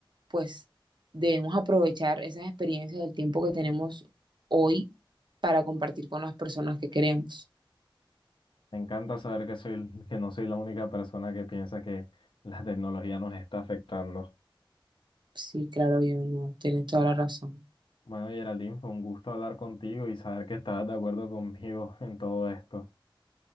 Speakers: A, on the right; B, on the left.
A: pues debemos aprovechar esas experiencias del tiempo que tenemos hoy para compartir con las personas que queremos.
B: Me encanta saber que soy, <laughs> que no soy la única persona que piensa que la tecnología nos está afectando.
A: Sí, claro, yo no, tienes toda la razón.
B: Bueno, Geraldine, fue un gusto hablar contigo y saber que estabas de acuerdo conmigo en todo esto.